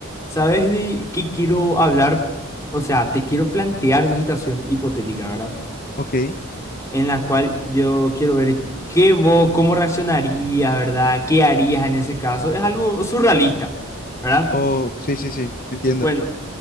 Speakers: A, on the left (about 15°); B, on the left (about 45°).
A: ¿Sabes de qué quiero hablar? O sea, te quiero plantear una situación hipotética, ¿verdad?
B: Ok,
A: En la cual yo quiero ver qué vos, cómo reaccionarías, ¿verdad? ¿Qué harías en ese caso? Es algo surrealista, ¿verdad?
B: oh, sí, sí, sí, entiendo.
A: Bueno,